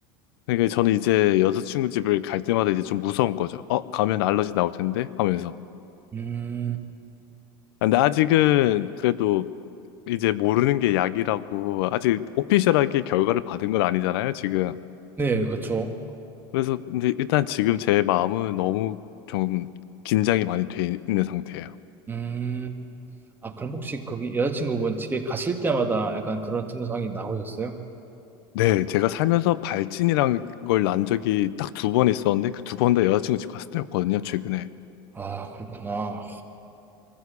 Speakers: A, on the left; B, on the right.
A: 그러니까 저는 이제 여자친구 집을 갈 때마다 이제 좀 무서운 거죠. 어, 가면 알러지 나올 텐데? 하면서.
B: 음,
A: 근데 아직은 그래도 이제 모르는 게 약이라고 아직 오피셜하게 결과를 받은 건 아니잖아요, 지금.
B: 네, 그렇죠.
A: 그래서 근데 일단 지금 제 마음은 너무 좀 긴장이 많이 돼 있는 상태예요.
B: 음. 아, 그럼 혹시 거기 여자친구분 집에 가실 때마다 약간 그런 증상이 나오셨어요?
A: 네, 제가 살면서 발진이란 걸 난 적이 딱 두 번 있었는데 그 두 번 다 여자친구 집 갔을 때였거든요, 최근에.
B: 아, 그렇구나.